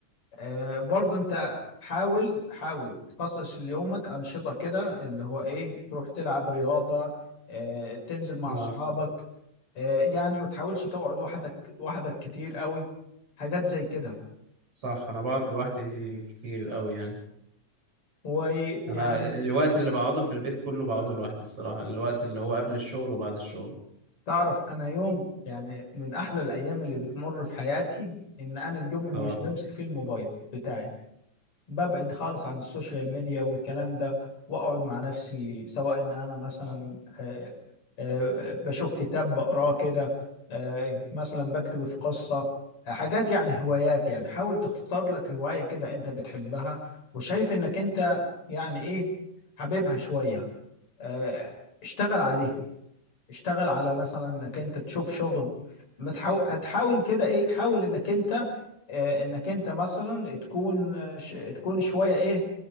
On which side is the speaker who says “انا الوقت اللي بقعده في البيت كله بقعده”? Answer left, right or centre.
Right